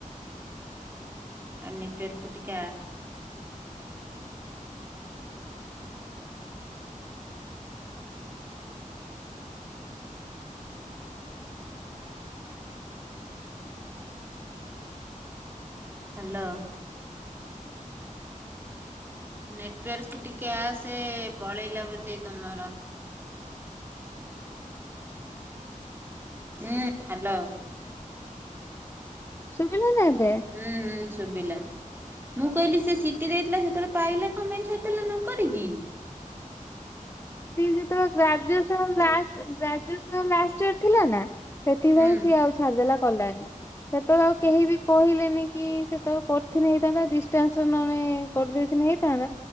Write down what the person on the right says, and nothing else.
ଆ ନେଟୱାର୍କକୁ ଟିକେ ଆ। ହ୍ୟାଲୋ। ନେଟୱର୍କ ଟିକେ ଆସେ ପଳେଇଲା ବ ତମର <inaudible> ହୁଁ ହ୍ୟାଲୋ।
ହୁଁ ହୁଁ ଶୁଭିଲା। ମୁଁ କହିଲି ସେ ସିଟି ଦେଇଥିଲା ସେତବେଳେ ପାଇଲା କଣ ପାଇଁ ଛାଡ଼ିଦଲା ନ କରିକି।
ହୁଁ